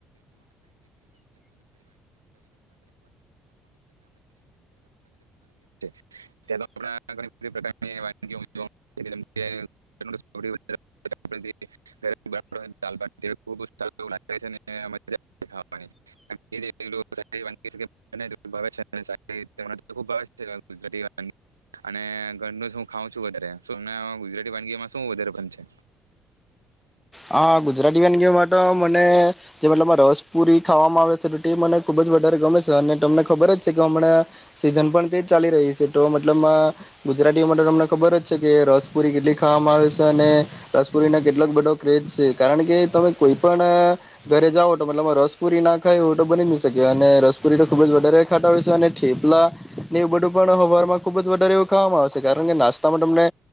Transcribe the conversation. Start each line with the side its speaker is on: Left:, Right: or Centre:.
Right: ત ઘણી બધી પ્રકારની વાગી ગરા અને ઘરનું હું ખાઉં છું વધમ ગુજરાતી વાનગીમાં શું વધારે પણ છે.
Centre: હા ગુજરાતી બન ગ તો મને જે મતલબ રસપુરી ખાવામાં આવે છે ટે મને ખુબ જ વધારે ગમે છે અને તમને ખબર જ છે કે હમણાં સીઝન પણ તેજ ચાલી રહી છે તો મતલબ ગુજરાતીઓ માટે તમને ખબર છે કે રસપુરી કેટલી ખાવામાં આવે છે અને રસપુરી ના કેટલાક બધો કેજ છે કારણ કે તમે કોઈ પણ ઘરે જાઓ તો મતલબમાં રસપુરી ના ખાય હો તો બની ન શકે અને રસપુરી તો ખૂબ જ વધારે ખાતા હોય છે અને ઠેપલા એ બધું પણ હવારમાં ખૂબ જ વધારે એવું ખાવામાં આવેશે કારણ કે નાસ્તામાં તમને